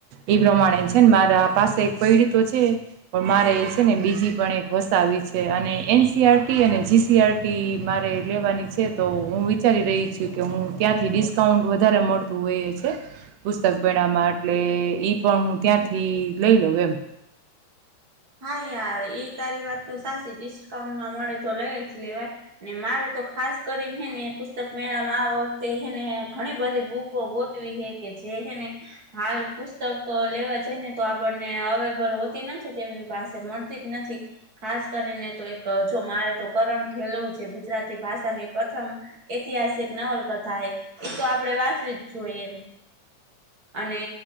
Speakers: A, on the right; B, on the right.
A: ઈ પ્રમાણે છે ને મારા પાસે એક પયડી તો છે પણ મારે ઈ છે ને બીજી પણ એક વસાવી છે, અને એન સી આર ટી અને જી સી આર ટી મારે ઈ લેવાની છે તો હું વિચારી રહી છું કે હું ક્યાંથી ડિસ્કાઉન્ટ વધારે મળતું હોઈ <unintelligible> પુસ્તક પરણામાં એટલે ઈ પણ હું ત્યાંથી લઈ લઉં એમ.
B: હા યાર ઈ તારી વાત તો સાચી. ડિસ્કાઉન્ટમાં મળે તો લઈ જ લેવાય, ને મારે તો ખાસ કરીન હે ને પુસ્તક મેળા માં આ વખતે હે ને ત્યાં ઘણી બધી બુકો ગોતવી હે કે જેને હાલ પુસ્તકો લેવા જઈ ને તો આપણને અવેલેબલ હોતી નથી તેમ પાસે મળતી જ નથી. ખાસ કરીને તો એક જો મારે તો કરણ ખેલો જે ગુજરાતી ભા ષાની પ્રથમ ઐતિહાસિક નવલકથા હે. ઈ તો આપણે વાંચવી જ જોઈએ એમ. <inaudible> અને